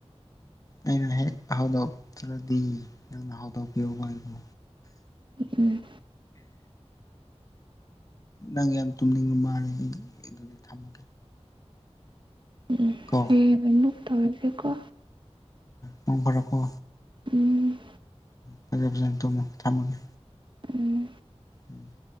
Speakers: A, on the left; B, on the right.
A: ꯑꯩꯅ ꯍꯦꯛ ꯍꯧꯗꯣꯛꯇ꯭ꯔꯗꯤ ꯅꯪꯅ ꯍꯧꯗꯣꯛꯄꯤꯌꯨ ꯍꯥꯏꯕꯨ
B: ꯎꯝ
A: ꯅꯪ ꯌꯥꯝ ꯇꯨꯝꯅꯤꯡꯕ ꯃꯥꯂꯦ ꯑꯩ ꯑꯗꯨꯗꯤ ꯊꯝꯃꯒꯦ
B: ꯎꯝ
A: ꯀꯣ
B: ꯍꯌꯦꯡ ꯍ ꯅꯨꯡ ꯇꯧꯔꯁꯦꯀꯣ
A: ꯃꯣꯡ ꯐꯔꯛꯀ
B: ꯎꯝ
A: ꯐꯖꯦ ꯐꯖꯅ ꯇꯨꯝꯃꯣ ꯊꯝꯃꯒꯦ
B: ꯎꯝ
A: ꯎꯝ